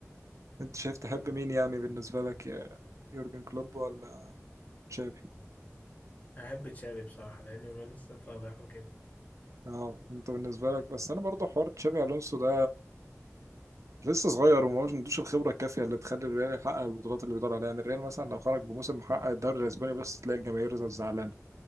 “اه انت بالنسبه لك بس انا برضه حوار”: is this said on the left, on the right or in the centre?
Right